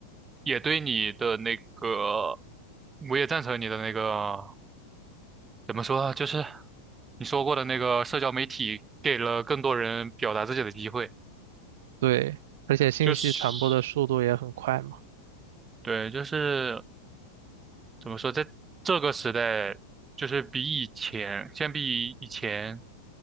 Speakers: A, on the right (about 20°); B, on the right (about 55°).
A: 也对你的那个，我也赞成你的那个，怎么说啊就是你说过的那个社交媒体给了更多人表达自己的机会，
B: 对，而且信息传播的速度也很快嘛，
A: 就是对，就是。怎么说，在这个时代，就是比以前，相比以前，